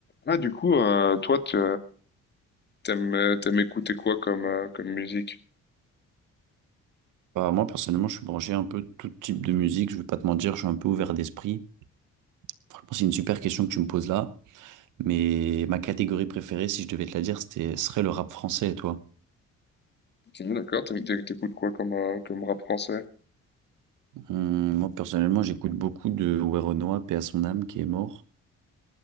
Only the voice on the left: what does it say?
Ah, du coup, euh, toi, tu t'aimes, euh, t'aimes écouter quoi comme, euh, comme musique?
Ok, d'accord, t'aimes- t'é- t'écoutes quoi comme, euh, comme rap français?